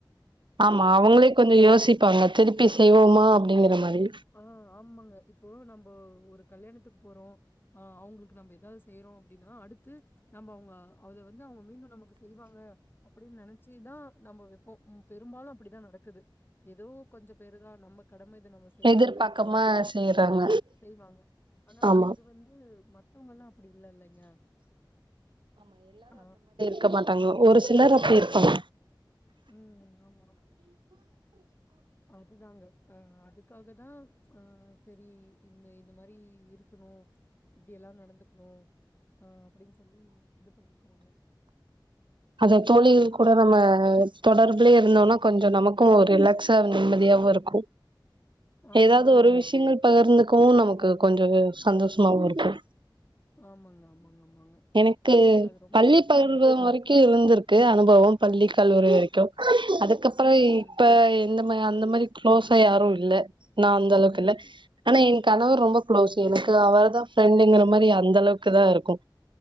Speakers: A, on the right; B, on the left.
A: ஆமா அவுங்ளே கொஞ்சொ யோசிப்பாங்க திருப்பி செய்வோமா அப்டிங்கற மாரி
B: ஆ ஆமாங்க இப்போ நம்ப ஒரு கல்யாணத்துக்கு போறோ ஆ அவுங்ளுக்கு நம்ப எதா செய்றோ அப்டின்னா அடுத்து நம்ப அவுங்க அத வந்து அவுங்க மீண்டு நமக்கு செய்வாங்க அப்டின் நெனச்சுதா நம்ப வெப்போ பெரும்பாலு அப்டிதா நடக்குது எதோ கொஞ்ச பேருதா நம்ம கடம இது நம்ம செய்யணும்னு
A: எதிர்பாக்காம
B: நெனச்சு செய்வாங்க
A: செய்றாங்க
B: செய்வாங்க ஆனா
A: ஆமா
B: அது வந்து மத்தோங்கல்லா அப்டி இல்லெல்லெங்க ஆ
A: க்க மாட்டாங்க ஒரு சிலர் அப்டி இருப்பாங்க
B: ம் ஆமாமா அதுதாங்க ஆ அதுக்காக தா ஆ செரி இந்த இது மாரி இருக்கனு இப்டியெல்லா நடந்துக்னு ஆ அப்டின் சொல்லி இது பண்ணிக்குவங்க
A: அத தோழி கூட நம்ம தொடர்புலே இருந்தோனா கொஞ்சொ நமக்கு ஒரு ரிலாக்ஸ் ஸா நிம்மதியாவு இருக்கு
B: ஆமாங்க,
A: எதாவ்து
B: ஆமாங்க,
A: ஒரு விஷ்யங்கள்
B: ஆமாங்க.
A: பகிர்ந்துக்கவு நமக்கு கொஞ்சொ சந்தோஷ்மாவுருக்கு
B: ஆமாங்க ஆமாங்க ஆமாங்க
A: எனக்கு
B: நமக்கு அது ரொம்ப
A: பள்ளி
B: அவசியங்க.
A: பருவொ வரைக்கு இருந்திரு க்கு அனுபவம் பள்ளி கல்லூரி வரைக்கு அதுக்கப்றோ
B: ம்.
A: இப்ப இந்த மா அந்த மாரி க்ளோஸா யாரு இல்ல நா அந்தளவுக்கு
B: ம்.
A: இல்ல ஆனா என் கணவர் ரொம்ப க்ளோஸ் எனக்கு அவர் தா ஃப்ரெண்டுங்ற மாரி அந்தளவுக்கு தாருக்கு